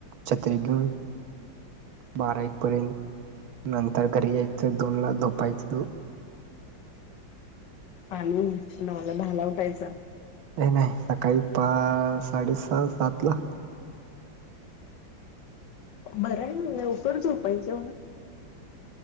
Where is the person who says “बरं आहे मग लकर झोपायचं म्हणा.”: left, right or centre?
Left